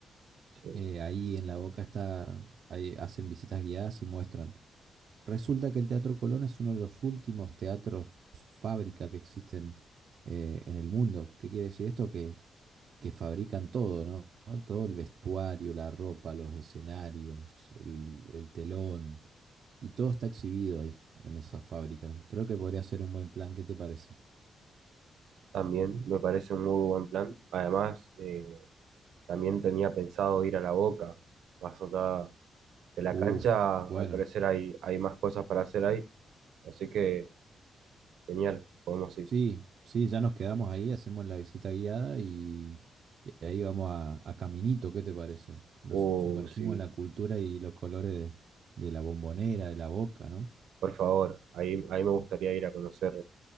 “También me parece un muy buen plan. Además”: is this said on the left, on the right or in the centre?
Right